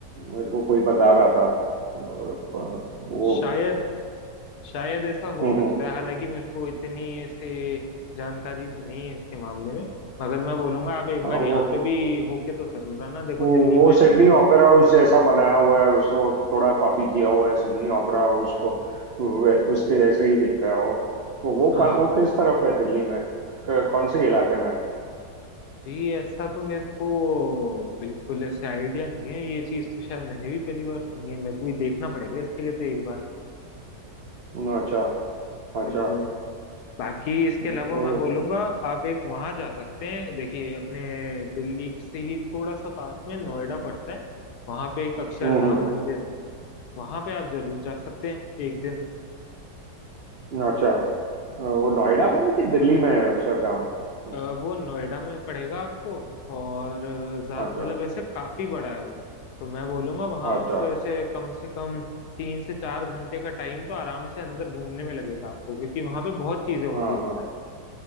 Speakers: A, on the right; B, on the left.
A: मेरे को कोई बता रहा था अ, वो
B: शायद शायद ऐसा हो
A: हम्म
B: सकता
A: हम्म।
B: है हालांकि मेरे को इतनी ऐसे जानकारी तो नहीं है इसके मामले में मगर मैं बोलूंगा आप एक
A: हाँ
B: बार
A: वो
B: यहाँ पे भी होके तो जरूर आना देखो
A: हम्म,
B: दिल्ली
A: वो
B: में
A: सिडनी ओपेरा हाउस जैसा बनाया हुआ है उसको थोड़ा कॉपी किया हुआ है सिडनी ओपेरा हाउस को वे- उसके जैसे ही दिखता है वो तो वो
B: हाँ
A: का, वो किस तरफ है दिल्ली में क- कौन से इलाके में है?
B: जी ऐसा तो मेरे को बिल्कुल ऐसे आइडिया नहीं है ये चीज तो शायद मैंने भी पहली बार सुनी है मेरे को भी देखना पड़ेगा इसके लिए तो एक बार
A: हम्म, अच्छा अच्छा
B: बिल्कुल बाकी इसके
A: वो-
B: अलावा मैं बोलूंगा आप एक वहां जा सकते हैं देखिए अपने दिल्ली से ही थोड़ा सा पास में नोएडा पड़ता है वहां पे एक अक्षरधाम
A: हम्म
B: मंदिर है वहां पे आप जरूर जा सकते हैं एक दिन
A: हम्म, अच्छा वो नोएडा में है कि दिल्ली में है अक्षरधाम हम्म,
B: अ, वो नोएडा में पड़ेगा आपको और अ, ज्यादा
A: अच्छा
B: मतलब ऐसे काफी बड़ा है वो तो मैं बोलूंगा वहां
A: अच्छा
B: आपको ऐसे कम से कम तीन से चार घंटे का टाइम तो आराम से अंदर घूमने में लगेगा आपको क्योंकि वहां पे बहुत चीजें होती
A: हाँ
B: है
A: हाँ
B: अंदर